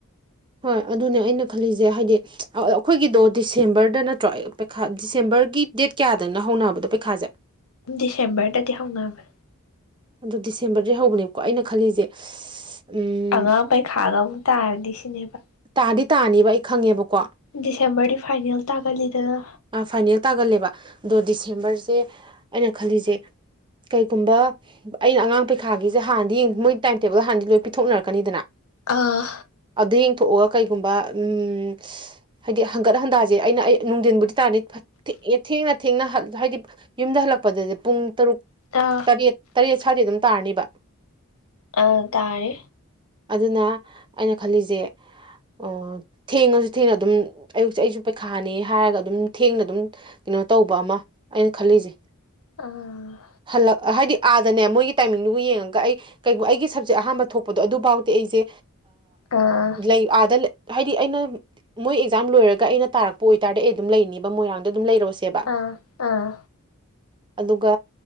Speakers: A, on the right; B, on the left.
A: ꯍꯣꯏ ꯑꯗꯨꯅꯦ ꯑꯩꯅ ꯈꯜꯂꯤꯁꯦ ꯍꯥꯏꯗꯤ ꯑꯩꯈꯣꯏꯒꯤꯗꯣ ꯗꯤꯁꯦꯝꯕꯔꯗ ꯅꯠꯇ꯭ꯔꯣ ꯄꯩꯈꯥ ꯗꯤꯁꯦꯝꯕꯔꯒꯤ ꯗꯦꯠ ꯀꯌꯥꯗꯪꯅ ꯍꯧꯅꯕꯗꯣ ꯄꯩꯈꯥꯁꯦ
B: ꯗꯤꯁꯦꯝꯕꯔꯗꯗꯤ ꯍꯧꯅꯕ
A: ꯑꯗꯨ ꯗꯤꯁꯦꯝꯕꯔꯗꯩ ꯍꯧꯕꯅꯦꯕꯀꯣ ꯑꯩꯅ ꯈꯜꯂꯤꯁꯦ ꯎꯝ
B: ꯑꯉꯥꯡ ꯄꯩꯈꯥꯒꯕꯨꯨꯛ ꯇꯥꯔꯗꯤ ꯁꯤꯅꯦꯕ
A: ꯇꯥꯗꯤ ꯇꯥꯅꯤꯕ ꯑꯩ ꯈꯪꯉꯦꯕꯀꯣ
B: ꯗꯤꯁꯦꯝꯕꯔꯗꯤ ꯐꯥꯏꯅꯦꯜ ꯇꯥꯒꯜꯂꯤꯗꯅ
A: ꯐꯥꯏꯅꯦꯜ ꯇꯥꯒꯜꯂꯦꯕ ꯑꯗꯣ ꯗꯤꯁꯦꯝꯕꯔꯁꯦ ꯑꯩꯅ ꯈꯜꯂꯤꯁꯦ ꯀꯩꯒꯨꯝꯕ ꯑꯩꯅ ꯑꯉꯥꯡ ꯄꯩꯈꯥꯒꯤꯁ ꯍꯥꯟꯅꯗꯤ ꯌꯦꯡ ꯃꯣꯏ ꯇꯥꯏꯝ ꯇꯦꯕꯜꯗ ꯍꯥꯟꯅꯗꯤ ꯂꯣꯏ ꯄꯤꯊꯣꯛꯅꯔꯛꯀꯅꯤꯗꯅ
B: ꯑꯥ
A: ꯑꯗꯨ ꯌꯦꯡꯊꯣꯛꯑꯒ ꯀꯩꯒꯨꯝꯕ ꯎꯝ ꯍꯥꯏꯗꯤ ꯍꯪꯒꯠ ꯍꯟꯗꯥꯁꯦ ꯑꯩꯅ ꯑꯩ ꯅꯨꯡꯊꯤꯟꯕꯨꯗꯤ ꯇꯥꯔꯅꯤ ꯑꯦ ꯊꯦꯡꯅ ꯊꯦꯡꯅ ꯍꯥꯏꯗꯤ ꯌꯨꯝꯗ ꯍꯜꯂꯛꯄꯗꯗꯤ ꯄꯨꯡ ꯇꯔꯨꯛ
B: ꯇ
A: ꯇꯔꯦꯠ ꯇꯔꯦꯠ ꯁ꯭ꯋꯥꯗꯤ ꯑꯗꯨꯝ ꯇꯥꯔꯅꯤꯕ
B: ꯑꯥ ꯇꯥꯔꯦ
A: ꯑꯗꯨꯅ ꯑꯩꯅ ꯈꯜꯂꯤꯁꯦ ꯑꯣ ꯊꯦꯡꯉꯁꯨ ꯊꯦꯡꯅ ꯑꯗꯨꯝ ꯑꯌꯨꯛꯁꯦ ꯑꯩꯁꯨ ꯄꯩꯈꯥꯅꯦ ꯍꯥꯏꯔꯒ ꯑꯗꯨꯝ ꯊꯦꯡꯅ ꯑꯗꯨꯝ ꯀꯩꯅꯣ ꯇꯧꯕ ꯑꯃ ꯑꯩꯅ ꯈꯜꯂꯤꯁꯦ
B: ꯎꯝ
A: ꯍꯜꯂꯛ ꯍꯥꯏꯗꯤ ꯑꯥꯗꯅꯦ ꯃꯣꯏꯒꯤ ꯇꯥꯏꯃꯤꯡꯗꯨꯕꯨ ꯌꯦꯡꯉꯒ ꯑꯩ ꯀꯩꯒꯨꯝꯕ ꯑꯩꯒꯤ ꯁꯞꯖꯦꯛ ꯑꯍꯥꯟꯕ ꯊꯣꯛꯄꯗꯣ ꯑꯗꯨꯐꯥꯎꯗꯤ ꯑꯩꯁꯦ
B: ꯑꯥ
A: ꯂꯩ ꯑꯥꯗ ꯍꯥꯏꯗꯤ ꯑꯩꯅ ꯃꯣꯏ ꯑꯦꯛꯖꯥꯝ ꯂꯣꯏꯔꯒ ꯑꯩꯅ ꯇꯥꯔꯛꯄ ꯑꯣꯏꯇꯥꯥꯔꯗꯤ ꯑꯩ ꯑꯗꯨꯝ ꯂꯩꯅꯦꯕ ꯃꯣꯏꯔꯥꯡꯗ ꯑꯗꯨꯝ ꯂꯩꯔꯛꯑꯣꯁꯦꯕ
B: ꯑꯥ ꯑꯥ
A: ꯑꯗꯨꯒ